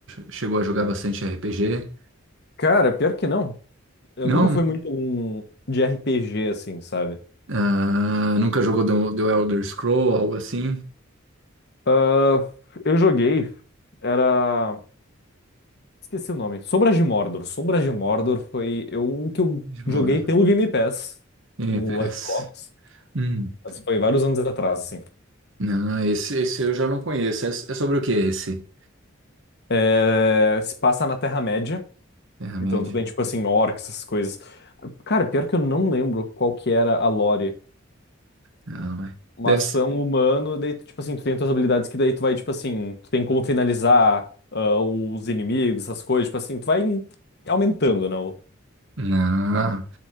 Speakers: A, on the right; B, on the left.
A: chegou a jogar bastante RPG.
B: Cara, pior que não. Eu
A: Não?
B: nunca fui muito um de RPG, assim, sabe?
A: Ah, nunca jogou The The Elder Scroll, algo assim?
B: Ah, eu joguei, era. Esqueci o nome. Sombras de Mordor. Sombras de Mordor foi eu- um que eu
A: Small
B: joguei pelo Game Pass
A: NPS.
B: no Xbox.
A: Hum.
B: Mas foi vários anos atrás, assim.
A: Não, esse, esse eu já não conheço. É, é sobre o que esse?
B: É, se passa na Terra-média.
A: Terra-média?
B: Então tu tem, tipo assim, orcs, essas coisas. Cara, pior que eu não lembro qual que era a lore.
A: Não, é.
B: Mas
A: Deve ser.
B: tu é um humano, daí, tu, tipo assim, tu tem tuas habilidades que daí tu vai, tipo assim, tu tem como finalizar ah, os inimigos, essas coisas, tipo assim, tu vai aumentando, né, o-
A: Não,